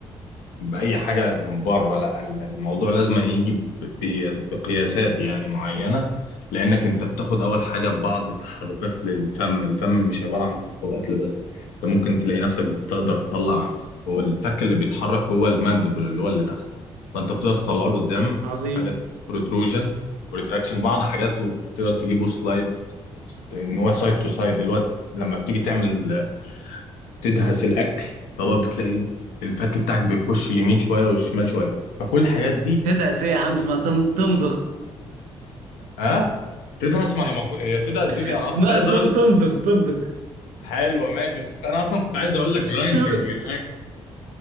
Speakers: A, on the left; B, on the right.
A: بأي حاجة من بره لا الموضوع لازم يجي ب... ب- بقياسات يعني معينة لأنك أنت بتاخد أول حاجة ببعض تحركات للفم الفم مش عبارة عن فتح وقفل بس أنت ممكن تلاقي نفسك بتقدر تطلع هو الفك اللي بيتحرك هو الماندبل اللي هو اللي تحت فأنت بتقدر تطلعه لقدام
B: عظيم
A: حاجات بروتروجن وريتراكشن بعض حاجات وتقدر تجيبه سلايد ان هو سايد تو سايد اللي هو لما بتيجي تعمل تدهس الاكل فهو بتلاقي الفك بتاعك بيخش اليمين شويه والشمال شويه فكل الحاجات دي
B: تدعس ايه يا عم اسمها تم- تمضغ
A: ها تدهس ما انا ما كو- هي تدهس
B: <laughs>
A: دي انا
B: اسمها
A: كنت عايز
B: تم-
A: اقول
B: تمضغ تمضغ
A: حلوه ماشي بس كنت انا اصلا كنت عايز اقول لك جرايندنج
B: شو
A: للاكل